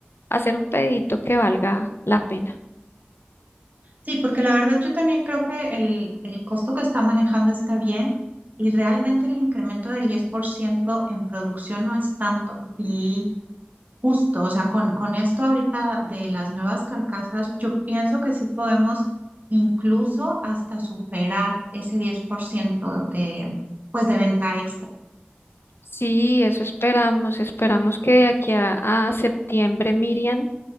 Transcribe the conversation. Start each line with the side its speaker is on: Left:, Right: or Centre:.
Left: hacer un pedito que valga la pena.
Right: Sí, porque la verdad yo también creo que el, el costo que está manejando está bien y realmente el incremento del 10% en producción no es tanto. Y Justo, o sea, con, con esto ahorita de las nuevas carcasas, yo pienso que sí podemos incluso hasta superar ese 10% de, pues, de venta extra.
Left: Sí, eso esperamos. Esperamos que de aquí a, a septiembre, Miriam.